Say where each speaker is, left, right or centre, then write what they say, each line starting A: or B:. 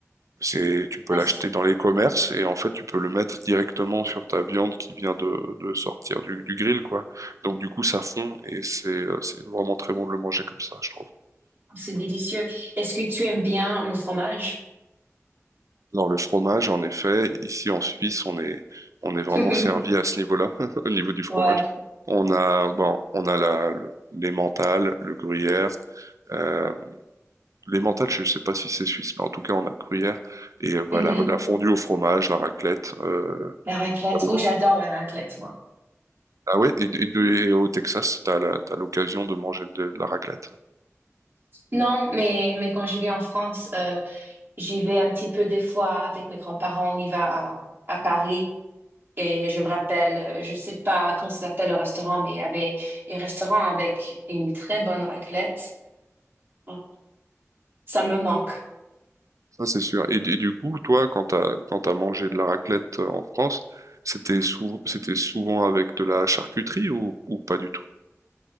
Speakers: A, on the right; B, on the right.
A: c'est tu peux
B: Ah,
A: l'acheter
B: c'est
A: dans les commerces et en fait tu peux le mettre directement sur ta viande qui vient de, de sortir du, du grill quoi. Donc du coup ça fond et c'est euh, c'est vraiment très bon de le manger comme ça, je trouve.
B: c'est délicieux. Est-ce que tu aimes bien le fromage?
A: Dans le fromage, en effet, ici en Suisse, on est, on est vraiment
B: <laughs>
A: servi à ce niveau-là, <laughs> au niveau du fromage.
B: Ouais.
A: On a, bon, on a la, le- l'emmental, le gruyère. Euh, l'emmental, je ne sais pas si c'est suisse, mais en tout cas, on a le gruyère. Et euh, bah,
B: Mhm.
A: la, la fondue au fromage, la raclette. euh,
B: La raclette.
A: là-haut.
B: Oh, j'adore la raclette, moi.
A: ah ouais, et, et de- et au Texas, tu as l'occasion de manger de la raclette?
B: Non, mais, mais quand j'y vais en France, euh, j'y vais un petit peu des fois avec mes grands-parents. On y va à, à Paris. Et je me rappelle, euh, je sais pas comment ça s'appelle le restaurant, mais il y avait un restaurant avec une très bonne raclette. Oh, Ça me manque.
A: Ça, c'est sûr. Et, et du coup, toi, quand t'as, quand t'as mangé de la raclette euh, en France, c'était souvent, c'était souvent avec de la charcuterie ou, ou pas du tout?